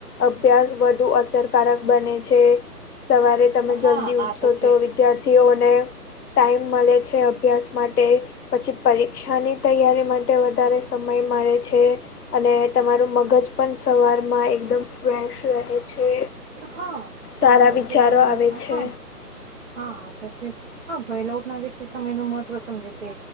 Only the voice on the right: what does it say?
હા
આ
છે
જ.
હા સવારે
ઉઠવી
કસરત
ના
હા હા આ તો છે જ હા ભયલા ઉઠનાર વ્યક્તિ સમયનું મત ત્વ સમજે છે